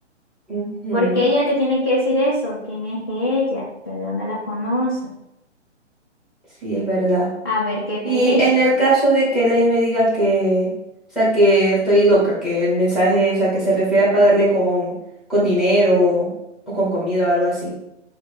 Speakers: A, in the centre; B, on the left.
A: Ujú,
B: ¿Por qué ella te tiene que decir eso? ¿Quién es ella? ¿De dónde las conoces?
A: Sí, es verdad.
B: A ver qué te
A: Y
B: dice.
A: en el caso de que Ley me diga que, o sea, que estoy loca, que el mensaje, o sea, que se refiere a pagarle con, con dinero o con comida o algo así.